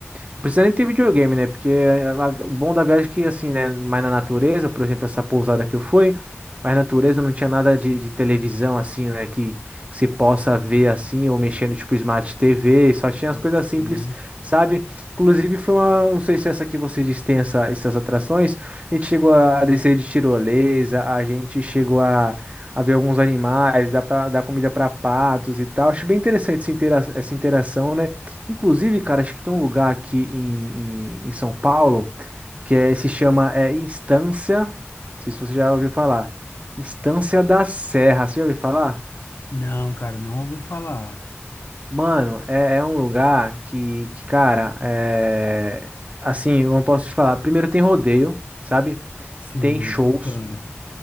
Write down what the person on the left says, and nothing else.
Uhum,
sim,
Não, cara, não ouviu falar.
Sim,
bacana.